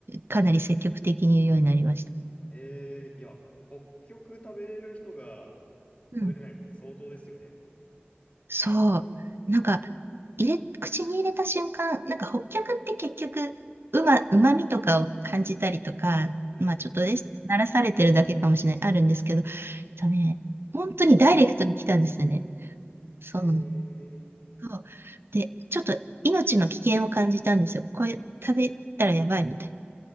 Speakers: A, on the right (about 70°); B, on the left (about 35°).
A: かなり積極的に言うようになりました。
B: えー、いや、北極食べれる人が
A: うん。
B: 食べれないって相当ですよね。
A: そう。なんか、入れ、口に入れた瞬間、なんか、北極って結局、うま、うまみとかを感じたりとか、
B: はい。
A: まあ、ちょっとですね、慣らされてるだけかもしれない、あるんですけど、えっとね、本当にダイレクトに来たんですよね。そう。
B: へえー、
A: そう。で、ちょっと命の危険を感じたんですよ。これ食べたらやばいみたい。